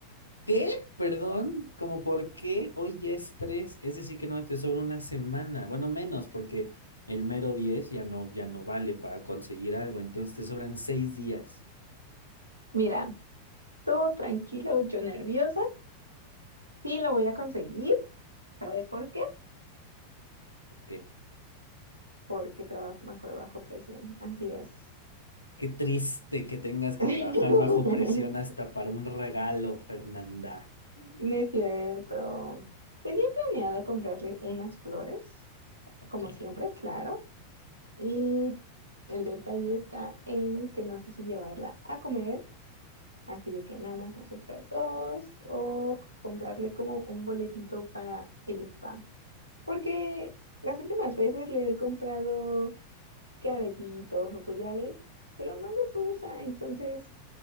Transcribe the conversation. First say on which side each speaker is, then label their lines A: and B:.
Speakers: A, on the left; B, on the right.
A: ¿Qué? Perdón, ¿cómo por qué? Hoy ya es 3. es decir que no, te sobra una semana. Bueno, menos porque el mero 10 ya no, ya no vale para conseguir algo, entonces te sobran seis días.
B: Mira, todo tranquilo, yo nerviosa. Sí, lo voy a conseguir. ¿Sabes por qué?
A: ¿Qué?
B: Porque trabajo mejor bajo presión. Así es.
A: Qué triste que tengas que
B: <laughs>
A: trabajar bajo presión hasta para un regalo, Fernanda.
B: No es cierto. Tenía planeado comprarle unas flores,
A: Ok.
B: como siempre, claro. Y el detalle está en que no sé si llevarla a comer, así de que nada más nosotras dos, o comprarle como un boletito para el spa. Porque las últimas veces le he comprado que aretitos o collares, pero no los usa, entonces,